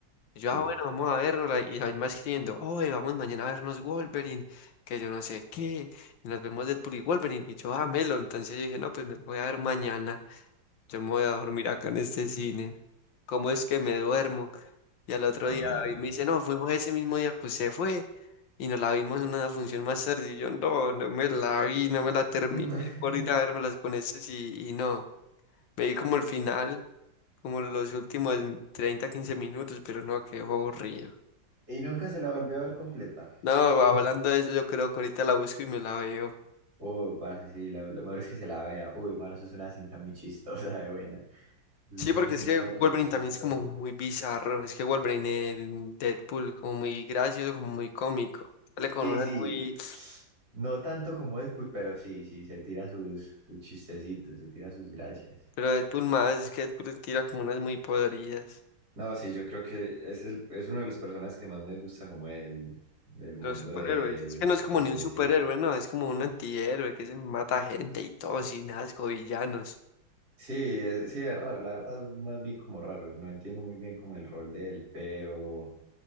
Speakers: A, on the left (about 80°); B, on the right (about 55°).
A: Y Yo,
B: Sí.
A: ah, bueno, vamos a vernos. Y ahí más escribiendo, oye, vamos mañana a vernos Wolverine, que yo no sé qué. Y nos vemos Deadpool y Wolverine. Y yo, ah, Melo. Entonces yo dije, no, pues me lo voy a ver mañana. Yo me voy a dormir acá en este cine. ¿Cómo es que me duermo? Y al otro
B: Ah,
A: día David me dice, no, fuimos ese mismo día que usted fue y nos la vimos en una función más tarde. Y yo, no, no me la vi, no me la terminé
B: <laughs>
A: por ir a vermelas con estos y, y no. Me vi como el final, como los últimos 30 15 minutos, pero no, quedó aburrido.
B: Y nunca se la volvió a ver completa.
A: No, hablando de eso, yo creo que ahorita la busco y me la veo.
B: Uy, parce, sí, la- lo mejor es que se la vea. Uy, mano, eso es una cinta muy chistosa de buena. Es
A: Sí,
B: una
A: porque
B: cinta
A: es que Wolverine
B: re chistosa.
A: también es como muy bizarro. Es que Wolverine en Deadpool, como muy gracioso, como muy cómico. Sale con
B: Sí,
A: unas
B: sí.
A: muy.
B: No tanto como Deadpool, pero sí, sí, se tira sus, sus chistecitos, se tira sus gracias.
A: Pero Deadpool más, es que Deadpool tira como unas muy podridas.
B: No, sí, yo creo que es, el- es uno de los personajes que más me gusta como el, del mundo
A: Los superhéroes.
B: de,
A: Es que no es
B: de,
A: como ni un superhéroe,
B: de- sí.
A: no. Es como un antihéroe que se mata gente y todo, sin asco, villanos.
B: Sí, es, sí, es raro, la verdad es más bien como raro, no entiendo muy bien como el rol de él, pero,